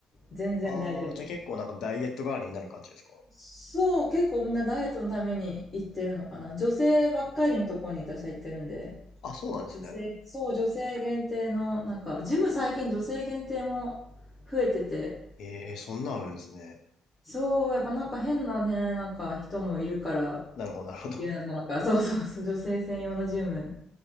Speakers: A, on the left; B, on the left.
A: 全然大丈夫で
B: ああじゃあ結構なんかダイエット代わりになる感じですか
A: す。そう、結構みんなダイエットのために行ってるのかな。女性ばっかりのとこに私は行ってるんで。
B: あ、そうなんですね。
A: 女性、そう、女性限定の、なんか、ジム最近女性限定も増えてて、
B: ええそんなんあるんですね。
A: そう、やっぱなんか変なね、なんか人もいるから、
B: なるほど、なるほど。
A: 言うなのか、
B: <laughs>
A: <laughs> そうそうそう、女性専用のジム、